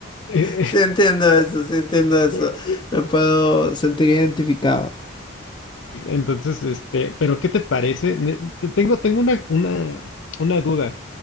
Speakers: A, on the left; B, on the left.
A: eh,
B: Sí entiendo eso, sí entiendo eso.
A: eh, eh,
B: Me puedo sentir identificado.
A: Entonces, este, pero ¿qué te parece? Ne- te- Tengo, tengo una, una, una duda.